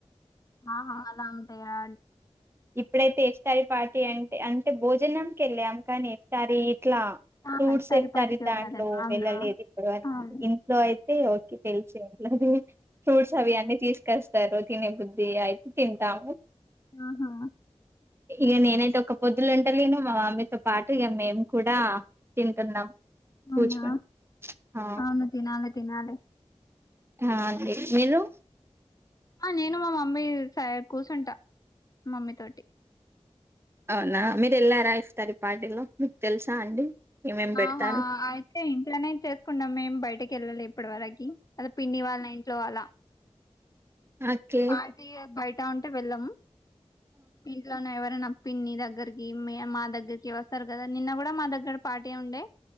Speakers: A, on the left; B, on the right.
A: ఆహా అలా ఉంటాయా
B: ఇప్పుడైతే ఇఫ్తారి పార్టీ అంటే అంటే భోజనంక వెళ్ళాము కానీ ఇఫ్తారి ఇట్లా
A: ఆహా
B: ఫ్రూడ్స్
A: ఇఫ్తార్
B: వఫారు
A: పార్టీకి వెళ్ళాలి
B: దాంట్లో
A: కదా అవునా
B: వెళ్ళలేదు ఇప్పుడు అ
A: అవును
B: ఇంట్లో అయితే ఓకే తెలిసు ఏంట్లేదు ఫ్రూట్స్
A: అవునా
B: అవి అన్నీ తీసుకొస్తారు తినే బుద్ధి అయితే తింటాము
A: ఆహా
B: ఇక నేనైతే ఒక పొద్దులు ఉంటలేను మా మామీతో పాటు ఇక మేము కూడా తింటున్నాం కూర్చొని
A: అవునా
B: ఆ
A: అవును తినాలి తినాలి
B: ఆ అంతే మీరు
A: ఆ నేను మా మమ్మీ స కూర్చుంటా మమ్మీ తోటి
B: అవునా మీరు వెళ్ళారా ఇఫ్తారి ఈ పార్టీలో మీకు తెలుసా అండి ఏమేం పెడతారు
A: ఆహా అయితే ఇంట్లోనే చేసుకున్నాం మేం బయటకి వెళ్ళాలి ఇప్పటి వరకి అదే పిన్ని వాళ్ళ ఇంట్లో అలా
B: ఓకే
A: పార్టీ బయట ఉంటే వెళ్ళము ఇంట్లోనే ఎవరైనా పిన్ని దగ్గరకి మా దగ్గరకి వస్తారు కదా నిన్న కూడా మా దగ్గర పాటీ ఉండే